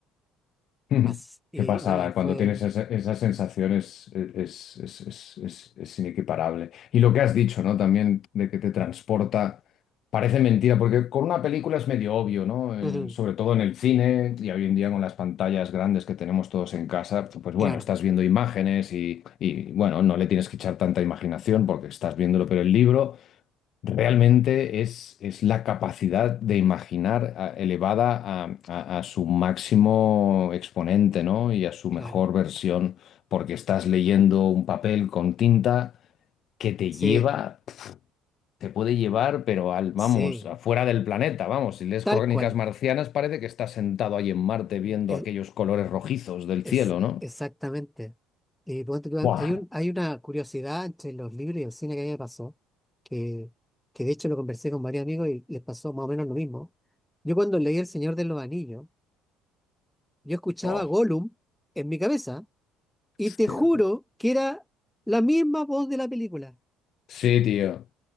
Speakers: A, on the left; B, in the centre.
A: <laughs>
B: <laughs>
A: Ujú.
B: Así, y
A: Qué pasada,
B: no, y fue...
A: cuando tienes esa, esa sensación es, es, es- es- es- es inequiparable. Y lo que has dicho, ¿no? También de que te transporta, parece mentira, porque con una película es medio obvio, ¿no?
B: ujú,
A: Eh, sobre todo en el cine y hoy en día con las pantallas grandes que tenemos todos en casa, pues bueno,
B: claro,
A: estás viendo imágenes y, y bueno, no le tienes que echar tanta imaginación porque estás viéndolo, pero el libro... Realmente es, es la capacidad de imaginar a- elevada a, a- a su máximo exponente, ¿no? Y a su mejor
B: claro.
A: versión, porque estás leyendo un papel con tinta que te
B: Sí,
A: lleva, te puede llevar, pero al, vamos,
B: sí.
A: afuera del planeta, vamos, si lees
B: Tal
A: Crónicas
B: cual.
A: Marcianas parece que estás sentado ahí en Marte viendo
B: Es,
A: aquellos colores rojizos del
B: es
A: cielo, ¿no?
B: exactamente. Y ponte tú,
A: ¡Buah!
B: hay un, hay una curiosidad entre los libros y el cine que a mí me pasó, que, que de hecho lo conversé con varios amigos y les pasó más o menos lo mismo. Yo cuando leí El Señor de los Anillos, yo escuchaba
A: Oh,
B: Gollum en mi cabeza y
A: hostia,
B: te juro
A: tío.
B: que era la misma voz de la película.
A: Sí, tío.